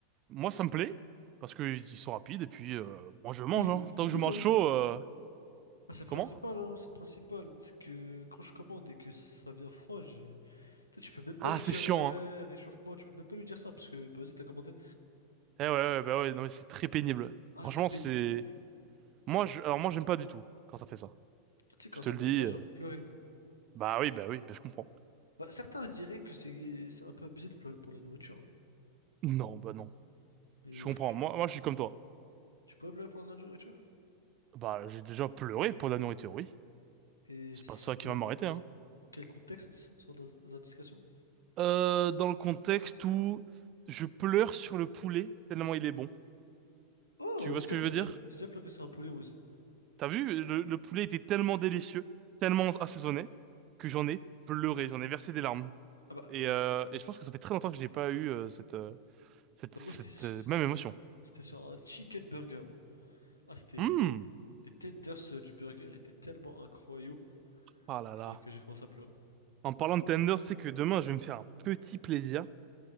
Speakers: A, on the right (about 35°); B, on the left (about 80°).
A: moi ça me plaît, parce que ils sont rapides, et puis euh, moi je mange,
B: Hmm.
A: hein.
B: Je
A: Tant
B: me
A: que
B: doute,
A: je mange
B: hein.
A: chaud, euh,
B: Ah, c'est le
A: comment?
B: principal, hein, c'est le principal. C'est que quand je commande et que ça vient froid, j'ai... Tu sais, tu peux même pas
A: Ah,
B: lui
A: c'est
B: dire,
A: chiant,
B: ouais,
A: hein.
B: réchauffe-moi, tu peux même pas lui dire ça, parce que, bah, vas-y, t'as commandé.
A: Eh ouais, ouais, bah ouais, non mais c'est très pénible.
B: Ah,
A: Franchement,
B: c'est pénible
A: c'est...
B: de ouf.
A: Moi, je... Alors moi j'aime pas du tout quand ça fait ça.
B: Tu sais, quand
A: Je te
B: ça
A: le
B: me
A: dis,
B: fait ça, j'ai envie de pleurer.
A: Bah oui, bah oui, bah je comprends.
B: Bah, certains diraient que c'est c'est un peu abusé de pleurer pour la nourriture, hein.
A: Non, bah non.
B: Mais
A: Je comprends.
B: franchement...
A: Moi, moi, je suis comme toi.
B: Tu pourrais me la répondre à la nourriture?
A: Bah, j'ai déjà pleuré pour de la nourriture, oui.
B: Et
A: C'est
B: c'était
A: pas ça qui va m'arrêter,
B: dans
A: hein.
B: quel contexte, sans in- indication?
A: Euh, dans le contexte où je pleure sur le poulet tellement il est bon.
B: Oh,
A: Tu vois
B: j'ai déjà
A: ce que
B: pleuré.
A: je veux dire?
B: J'ai déjà pleuré sur un poulet, moi aussi.
A: T'as vu? Le, le poulet était tellement délicieux, tellement assaisonné, que j'en ai pleuré, j'en ai versé des larmes.
B: Ah bah,
A: Et, euh, et je pense que ça fait très longtemps que je n'ai pas eu euh, cette, euh, cette,
B: bah,
A: cette
B: moi, c'était su-
A: euh, même émotion.
B: c'était sur un chicken burger, moi. Ah, c'était...
A: Hum
B: Les tenders euh, du burger étaient tellement incroyables
A: Ah là là.
B: que, que j'ai commencé à pleurer.
A: En parlant de tenders, c'est que demain, je vais me faire un petit plaisir.